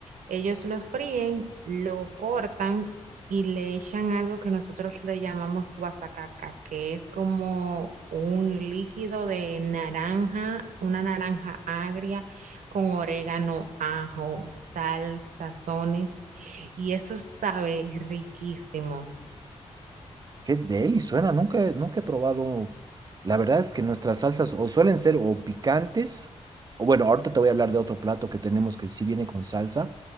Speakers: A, on the right; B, on the right.
A: ellos lo fríen, lo cortan y le echan algo que nosotros le llamamos guasacaca, que es como un líquido de naranja, una naranja agria con orégano, ajo, sal, sazones, y eso sabe riquísimo.
B: Qué deli suena, nunca, he- nunca he probado. La verdad es que nuestras salsas o suelen ser o picantes, o bueno, ahorita te voy a hablar de otro plato que tenemos que sí viene con salsa,